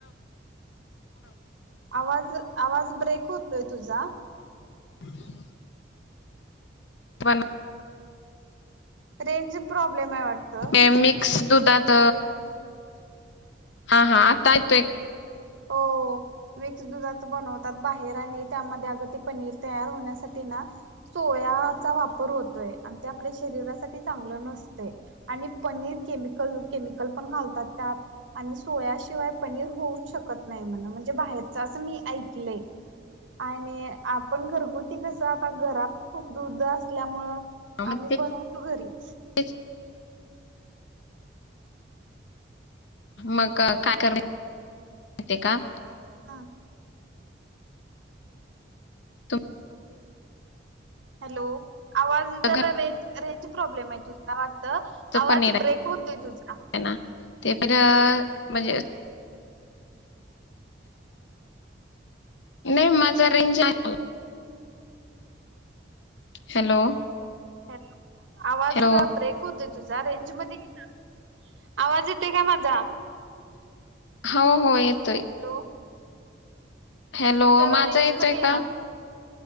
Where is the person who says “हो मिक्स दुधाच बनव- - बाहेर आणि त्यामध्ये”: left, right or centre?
Right